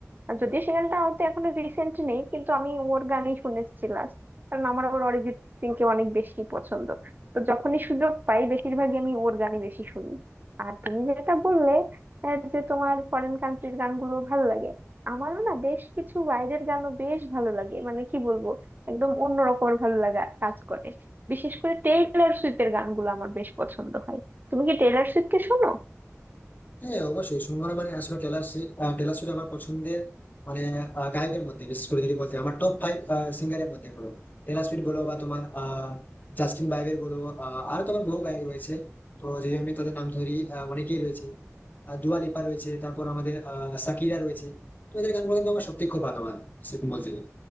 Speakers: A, on the right; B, on the left.
A: আর যদিও সে গানটা হয়তো এখনো রিসেন্ট নেই কিন্তু আমি ওর গানই শুনেছি last। কারণ আমার আবার অরিজিৎ সিং কে অনেক বেশি পছন্দ তো যখনই সুযোগ পাই বেশিরভাগই আমি ওর গানই বেশি শুনি আর তুমি যেটা বললে আহ, যে তোমার ফরেন কান্ট্রির গানগুলো ভালো লাগে আমারও না বেশ কিছু বাইরের গানও বেশ ভালো লাগে মানে কি বলবো একদম অন্যরকম ভালো লাগা কাজ করে বিশেষ করে টেইলর সুইফটের গানগুলো আমার বেশ পছন্দ হয় তুমি কি টেইলর সুইফটকে শোনো
B: হ্যাঁ অবশ্যই শুনবো না মানে আসলে টেলর টেলর সুইফট আমার পছন্দের মানে আহ, গায়কের মধ্যে বিশেষ করে যদি বলতে আমার টপ ফাইভ সিঙ্গারের মধ্যে বলো টেলর সুইফট বলো বা তোমার আহ, জাস্টিন বাইবের বলো আহ, আরো তোমার বহু গায়ক রয়েছে তো যদি আমি তাদের নাম ধরি আহ, অনেকেই রয়েছে আহ, দুয়া লিপা রয়েছে তারপর আমাদের আহ, সাকিরা রয়েছে তো এদের গানগুলো কিন্তু আমার সত্যি খুব ভালো লাগে সেরকম বলতে গেলে।